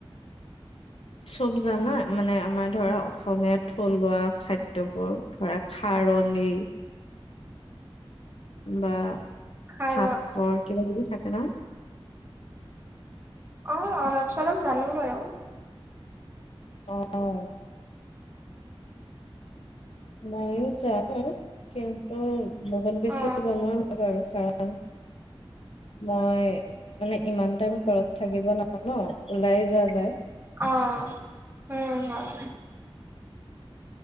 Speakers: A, on the left; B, on the right.
A: চব জানা মানে আমাৰ ধৰা অসমীয়া থলুৱা খাদ্য বোৰ ধৰা খাৰণী বা
B: খাৰ
A: শাকৰ কিবা কিবি থাকে ন
B: অ অলপ চলপ জানো বাৰু
A: অ মইও জানো কিন্তু বহুত বেছি
B: অ
A: বনোৱা নাই বাৰু কাৰণ মই মানে ইমান টাইম ঘৰত থাকিব নোৱাৰো ন ওলাই যোৱা যায়
B: অ উম হয়